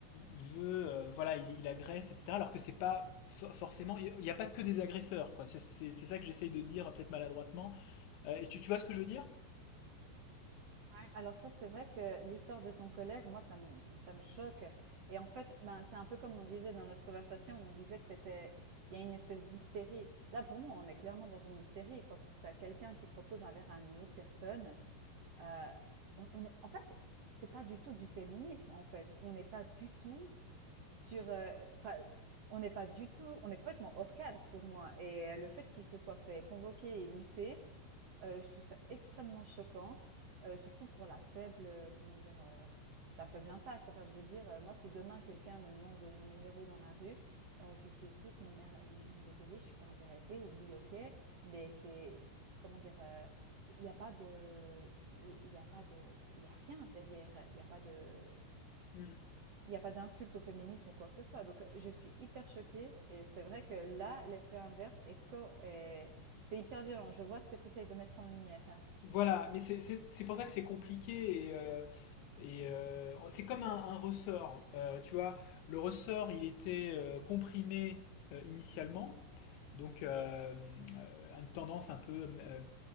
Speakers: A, on the left; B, on the right.
A: il veut euh, voilà, il, il agresse, etc. Alors que c'est pas for- forcément, il n'y a pas que des agresseurs, quoi. C'est c'est- c'est ça que j'essaye de dire, peut-être maladroitement. Euh, et tu, tu vois ce que je veux dire?
B: Ouais, alors ça, c'est vrai que l'histoire de ton collègue, moi, ça me, ça me choque. Et en fait, ben, c'est un peu comme on disait dans notre conversation, on disait que c'était, il y a une espèce d'hystérie. Là, pour moi, on est clairement dans une hystérie. Quand tu as quelqu'un qui propose un verre à une autre personne, euh, on, on est, en fait, c'est pas du tout du féminisme, en fait. On n'est pas du tout sur, euh, enfin, on n'est pas du tout, on est complètement hors cadre pour moi. Et euh, le fait qu'il se soit fait convoquer et muter, Heu, je trouve ça extrêmement choquant, heu, surtout pour la faible, heu, comment dire, heu, la faible impact. Enfin, je veux dire, heu, moi, si demain quelqu'un me demande mon numéro dans la rue, heu, je lui dis: «Écoute, non mais, non désolée, je suis pas intéressée» ou «Oui, OK». Mais c'est comment dire? Heu, c'est il y a pas de il il y a pas de il y a rien derrière. Il y a pas de
A: Mm.
B: il y a pas d'insulte au féminisme ou quoi que ce soit. Donc, heu, je suis hyper choquée et c'est vrai que là, l'effet inverse est co est c'est hyper violent. Je vois ce que tu essayes de mettre en lumière.
A: Voilà, mais c'est c'est- c'est pour ça que c'est compliqué et euh, et euh, c'est comme un, un ressort, Euh, tu vois. Le ressort, il était euh, comprimé euh, initialement. donc euh, euh, une tendance un peu euh,